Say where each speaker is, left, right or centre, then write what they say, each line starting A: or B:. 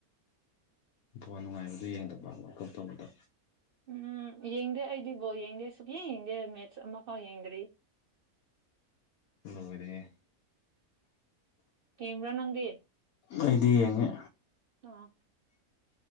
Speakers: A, on the left (about 75°); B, on the right (about 60°).
A: ꯕꯣꯟ ꯅꯨꯡꯉꯥꯏꯕꯗꯨ ꯌꯦꯡꯗꯕ ꯋꯥꯜ ꯀꯞ ꯇꯧꯕꯗꯣ
B: ꯎꯝ ꯌꯦꯡꯗꯦ ꯑꯩꯗꯤ ꯕꯣꯜ ꯌꯦꯡꯗꯦ ꯁꯨꯛꯌꯦꯡ ꯌꯦꯡꯗꯦ ꯃꯦꯠꯁ ꯑꯃꯐꯥꯎ ꯌꯦꯡꯗ꯭ꯔꯤ
A: ꯂꯣꯏꯔꯦꯍꯦ
B: ꯀꯦꯝꯕ꯭ꯔꯥ ꯅꯪꯗꯤ
A: ꯑꯩꯗꯤ ꯌꯦꯡꯉꯦ
B: ꯑ